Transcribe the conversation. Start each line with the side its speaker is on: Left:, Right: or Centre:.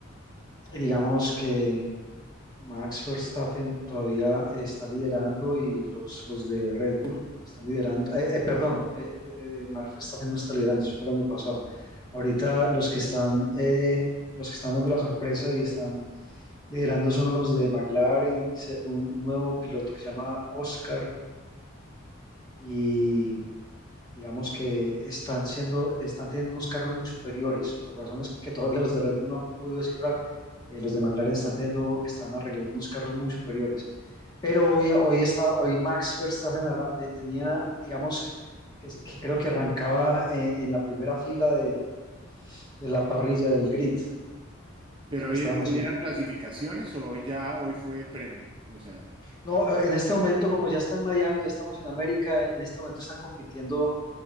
Left: y digamos que Max Verstappen todavía eh, está liderando y los, los de Red Bull están liderando. Eh, eh, perdón, eh, eh, Max Verstappen no está liderando, eso fue el año pasado. Ahorita los que están, eh, los que están dando la sorpresa y están Liderando son los de McLaren, se- un, un nuevo piloto que se llama Oscar y digamos que están siendo, están teniendo unos carros muy superiores por razones que todavía los de Red Bull no han podido descifrar. Eh, los de McLaren están teniendo, están arreglando unos carros muy superiores. Pero hoy, hoy, está, hoy Max Verstappen arra- eh, tenía, digamos, que, que creo que arrancaba eh, en la primera fila de, de la parrilla del grid.
Right: Pero
Left: Creo
Right: hoy,
Left: que estaban
Right: hoy
Left: así.
Right: eran clasificaciones o hoy ya, hoy fue el premio. O sea,
Left: No, eh, en este momento, como ya está en Miami, ya estamos en América, en este momento están compitiendo,